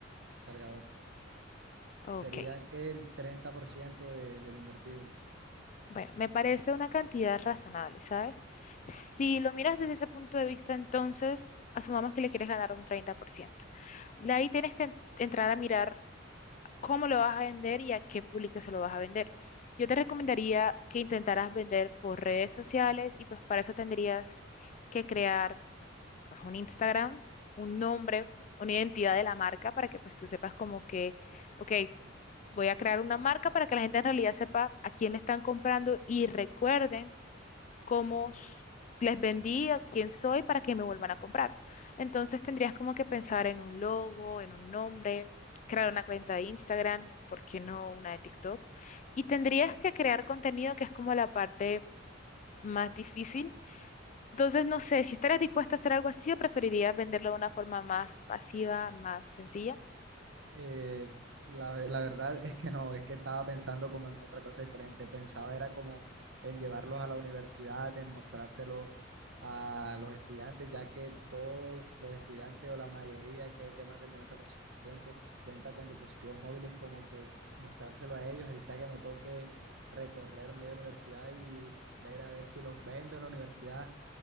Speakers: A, on the right; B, on the left.
A: cargador.
B: Ok.
A: Sería que el 30% de, de lo invertido.
B: Bueno, me parece una cantidad razonable, ¿sabes? Si lo miras desde ese punto de vista, entonces asumamos que le quieres ganar un treinta por ciento De ahí tienes que en- entrar a mirar cómo lo vas a vender y a qué público se lo vas a vender. Yo te recomendaría que intentaras vender por redes sociales y pues para eso tendrías que crear pues, un Instagram, un nombre, una identidad de la marca para que pues tú sepas como que, ok, Voy a crear una marca para que la gente en realidad sepa a quién le están comprando y recuerden cómo s- les vendí, a quién soy, para que me vuelvan a comprar. Entonces tendrías como que pensar en un logo, en un nombre, crear una cuenta de Instagram, ¿por qué no una de TikTok? Y tendrías que crear contenido que es como la parte más difícil. Entonces, no sé, si estarías dispuesta a hacer algo así, o preferirías venderlo de una forma más pasiva, más sencilla.
A: Eh, la, la verdad es que no, es que estaba pensando como en otra cosa diferente. Pensaba era como en llevarlos a la universidad, en mostrárselo a los estudiantes, ya que todos los estudiantes o la mayoría, creo que más del noventa por ciento cuenta con dispositivos móviles, como que mostrárselo a ellos, así sea que me toque recorrer media universidad y ver a ver si los vendo en la universidad